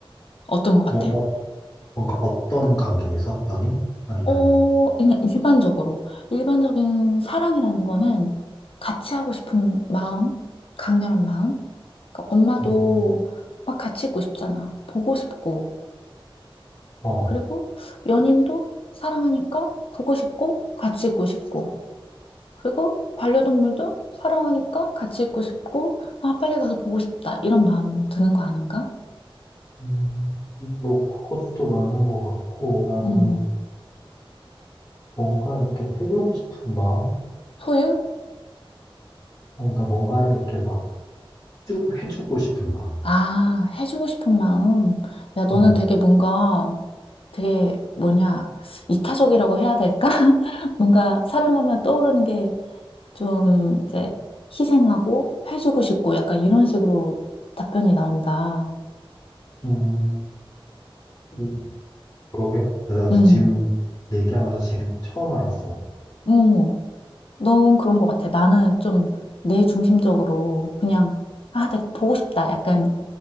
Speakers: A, on the left; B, on the left.
A: 어떤 것 같아?
B: 뭐, 어, 뭔가 어떤 관계에서? 연인? 아니면은,
A: 어, 그냥 일반적으로. 일반적인 사랑이라는 거는 같이 하고 싶은 마음, 강렬한 마음. 그러니까 엄마도
B: 음,
A: 막 같이 있고 싶잖아. 보고 싶고.
B: 어,
A: 그리고 연인도 사랑하니까 보고 싶고 같이 있고 싶고 그리고 반려동물도 사랑하니까 같이 있고 싶고 아 빨리 가서 보고 싶다 이런 마음 드는 거 아닌가?
B: 음, 뭐, 그것도 맞는 것 같고, 나는
A: 음
B: 뭔가 이렇게 해주고 싶은 마음?
A: 소유?
B: 아니, 그러니까 뭔가를 이렇게 막 해주고, 해주고 싶은 마음.
A: 아 해주고 싶은 마음 야 너는
B: 음,
A: 되게 뭔가 되게 뭐냐 이타적이라고 해야 될까? <laughs> 뭔가 사랑하면 떠오르는 게 좀 이제 희생하고 해주고 싶고 약간 이런 식으로 답변이 나온다.
B: 음, 음, 그러게. 내가 지금
A: 음.
B: 얘기하면서 지금 처음 알았어.
A: 어, 넌 그런 것 같아. 나는 좀 내 중심적으로 그냥, 아, 내가 보고 싶다. 약간